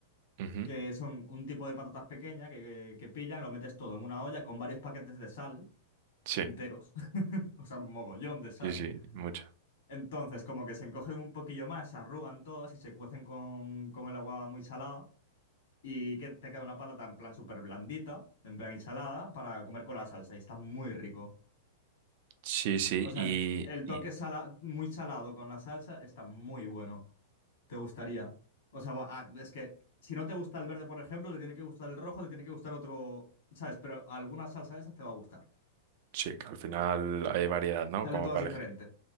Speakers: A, on the right; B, on the left.
A: Ujú,
B: que son un tipo de patatas pequeñas que, que- que pillan, lo metes todo en una olla con varios paquetes de sal
A: Sí,
B: enteros, <laughs> o sea, un mogollón de sal.
A: sí, sí, mucha.
B: Entonces, como que se encogen un poquillo más, se arrugan todas y se cuecen con, con el agua muy salada. Y que te queda una patata en plan súper blandita, en plan ensalada, para comer con la salsa. Y está muy rico.
A: Sí, sí,
B: O
A: sí,
B: sea,
A: y,
B: el, el
A: y
B: toque sala- muy salado con la salsa está muy bueno. ¿Te gustaría? O sea, bu- ah, es que si no te gusta el verde, por ejemplo, te tiene que gustar el rojo, te tiene que gustar otro, ¿sabes? Pero alguna salsa de esas te va a gustar.
A: sí, que al final hay variedad, ¿no?
B: Saben
A: Como
B: todas
A: para
B: diferentes.
A: elegir.